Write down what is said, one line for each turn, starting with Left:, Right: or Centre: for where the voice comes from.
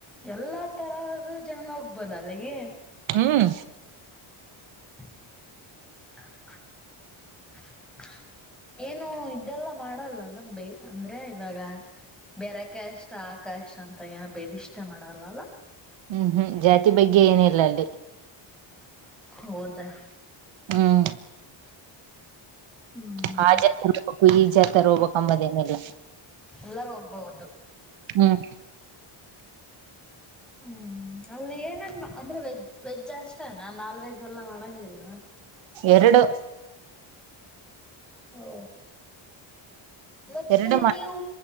Centre: ಎಲ್ಲಾ ತರದ ಜನ ಹೋಗ್ಬೋದ ಅಲ್ಲಿಗೆ
Right: ಹ್ಮ್
Centre: <inaudible> ಏನು ಇದೆಲ್ಲ ಮಾಡಲ್ಲಲ್ಲ ಬೇ ಅಂದ್ರೆ ಇವಾಗ ಬೇರೆಕಷ್ಟ ಆ ಕಷ್ ಅಂತ ಏನ ಬೇದಿಷ್ಟ ಮಾಡಲ್ಲಲ್ಲ
Right: ಹ್ಮ್ ಹ್ಮ್ ಜಾತಿ ಬಗ್ಗೆ ಏನಿಲ್ಲ ಅಲ್ಲಿ
Centre: ಹೌದಾ
Right: ಹ್ಮ್
Centre: ಹ್ಮ್
Right: ಹಾ ಜಾತರ್ ಹೋಗ್ಬೇಕ್ ಇ ಜಾತೆರ್ ಹೋಗ್ಬೇಕು ಅಂಬಾದ್ ಏನ್ ಇಲ್ಲ
Centre: ಎಲ್ಲರೂ ಹೋಗ್ಬಹುದು
Right: ಹ್ಮ್
Centre: ಹ್ಮ ಅಲ್ಲಿ ಏನನ್ ಅಂದ್ರೆ ವೆಜ್ ವೆಜ್ ಅಷ್ಟೇನಾ ನಾನ್ ವೆಜ್ ಎಲ್ಲಾ ಮಾಡಂಗಿಲ್ಲ
Right: ಎರಡು
Centre: ಹೊ ಮತ್ತೆ
Right: ಎರಡು ಮಾಡ
Centre: ನೀವು